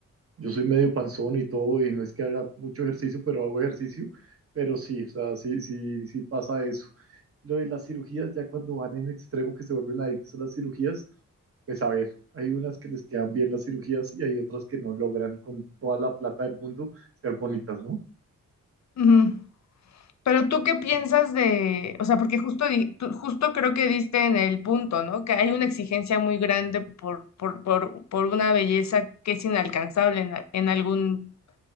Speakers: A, on the right; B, on the left.
A: yo soy medio panzón y todo, y no es que haga mucho ejercicio, pero hago ejercicio, pero sí, o sea, sí, sí, sí pasa eso. Lo de las cirugías, ya cuando van en extremo que se vuelven adictos a las cirugías, pues a ver, hay unas que les quedan bien las cirugías y hay otras que no logran con toda la plata del mundo ser bonitas, ¿no?
B: ujú. Pero tú qué piensas de, o sea, porque justo, di- tú- justo creo que diste en el punto, ¿no? Que hay una exigencia muy grande por, por, por, por una belleza que es inalcanzable en, a- en algún,